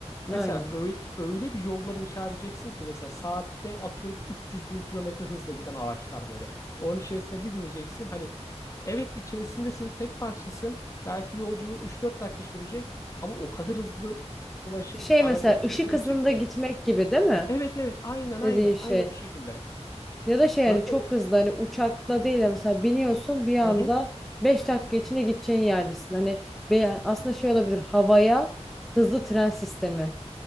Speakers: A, in the centre; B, on the left.
A: Aynen.
B: Mesela öyle, öyle bir yollar inşa edeceksin ki mesela saatte atıyorum 300 bin kilometre hızla giden araçlar böyle. Onun içerisine bir bineceksin. Hani evet içerisindesin, tek parçasın. Belki yolculuğun üç dört dakika sürecek ama o kadar hızlı ulaşım
A: Şey
B: aracı
A: mesela
B: o kadar
A: ışık
B: hızlı gidecek
A: hızında
B: ki.
A: gitmek gibi değil mi?
B: Evet evet aynen aynen
A: Dediğin şey.
B: aynen o şekilde.
A: Ya da şey yani
B: Öyle
A: çok
B: o
A: hızlı hani uçakla değil de mesela biniyorsun bir anda
B: hı hı,
A: 5 dakika içinde gideceğin yerdesin. Hani be- aslında şey olabilir havaya hızlı tren sistemi.